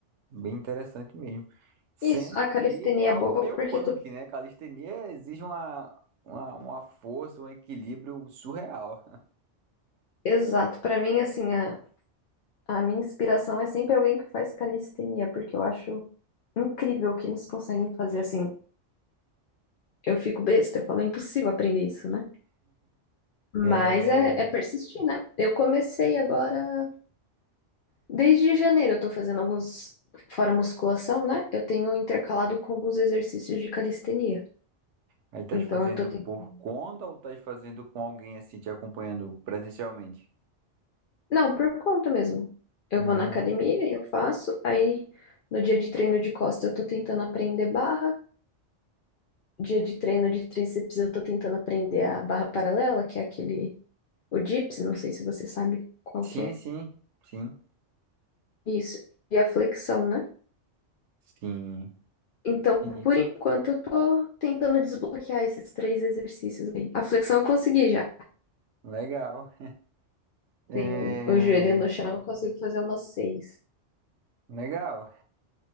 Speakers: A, on the right (about 70°); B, on the left (about 55°).
A: Bem interessante mesmo. Sendo
B: Isso, a calistenia
A: que é algo
B: é boa
A: meio
B: porque
A: punk,
B: tu...
A: né? Calistenia exige uma, uma, uma força, um equilíbrio surreal.
B: Exato, pra mim, assim, a, a minha inspiração é sempre alguém que faz calistenia, porque eu acho incrível o que eles conseguem fazer, assim. Eu fico besta, eu falo, é impossível aprender isso, né? Mas
A: É,
B: é, é persistir, né? Eu comecei agora... Desde janeiro eu tô fazendo alguns, fora musculação, né? Eu tenho intercalado com alguns exercícios de calistenia.
A: aí estás
B: Então
A: fazendo
B: eu tô tentando.
A: por conta ou estás fazendo com alguém assim te acompanhando presencialmente?
B: Não, por conta mesmo. Eu
A: Uhum.
B: vou na academia e eu faço. Aí no dia de treino de costa eu tô tentando aprender barra. Dia de treino de tríceps eu tô tentando aprender a barra paralela, que é aquele, o dips, não sei se você sabe qual
A: Sim,
B: que é.
A: sim, sim,
B: Isso. E a flexão, né?
A: sim.
B: Então,
A: Entendi.
B: por enquanto, eu tô tentando desbloquear esses três exercícios aí. A flexão eu consegui já.
A: Legal. É,
B: Tenho o joelho no chão, eu consigo fazer umas seis.
A: legal.